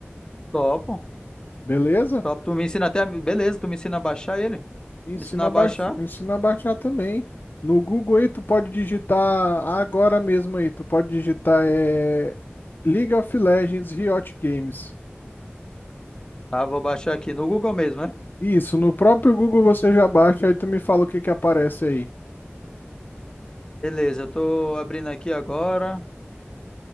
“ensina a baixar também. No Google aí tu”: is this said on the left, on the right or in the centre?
Left